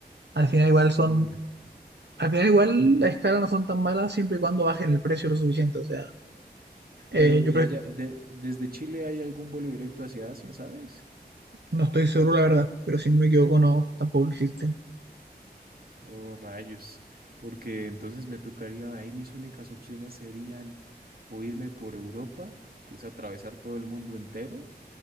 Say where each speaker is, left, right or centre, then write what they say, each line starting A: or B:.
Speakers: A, on the right; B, on the right.
A: Al final igual son,
B: Uy.
A: al final igual las escalas no son tan malas siempre y cuando bajen el precio lo suficiente. O sea, eh,
B: Pero
A: yo
B: de
A: creo-
B: allá, de- desde Chile hay algún vuelo directo hacia Asia, ¿sabes?
A: no estoy seguro la verdad, pero si no me equivoco no, tampoco existen.
B: Oh, rayos. Porque entonces me tocaría, ahí mis únicas opciones serían o irme por Europa, que es atravesar todo el mundo entero,